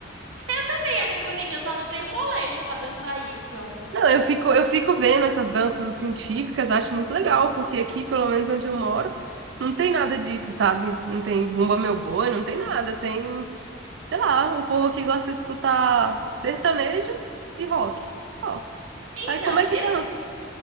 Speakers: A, on the right; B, on the right.
A: Eu também acho bonito, eu só não tenho molejo pra dançar isso.
B: Não, eu fico, eu fico vendo essas danças, assim, típicas, eu acho muito legal, porque aqui, pelo menos onde eu moro, não tem nada disso, sabe? Não tem Bumba Meu Boi, não tem nada, tem sei lá, o povo aqui gosta de escutar sertanejo e rock, só.
A: Então,
B: Aí como é que
A: eu
B: dança?